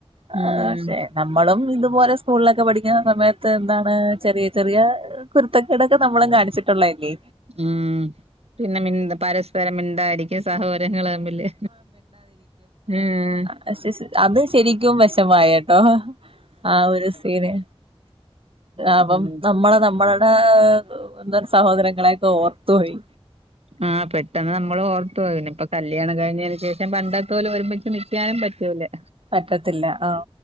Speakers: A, on the right (about 60°); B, on the right (about 80°).
A: അഹ്
B: ഉം.
A: പക്ഷെ നമ്മളും ഇതുപോലെ സ്കൂളിലൊക്കെ പഠിക്കുന്ന സമയത്ത് എന്താണ് ചെറിയ ചെറിയ കുരുത്തക്കേടൊക്കെ നമ്മളു കാണിച്ചിട്ടുള്ളല്ലേ
B: ഉം പിന്നെ മി പരസ്പരം മിണ്ടാതിരിക്കും സഹോദരങ്ങളൾതമ്മില് ഉം
A: പക്ഷേ സ് അത് ശരിക്കും വേഷമായിട്ടോ ആ ഒരു സീന്
B: ഉം.
A: അപ്പം നമ്മള് നമ്മളുടെ എന്താണ് സഹോദരങ്ങളെയൊക്കെ ഓർത്തുപോയി
B: ആഹ് പെട്ടെന്ന് നമ്മള് ഓർത്തു പോയി പിന്നെ ഇപ്പൊ കല്യാണം കഴിഞ്ഞേന് ശേഷം പണ്ടത്തെ പോലെ ഒരുമിച്ച് നി ക്കാനും പറ്റൂല
A: പറ്റത്തില്ല ആ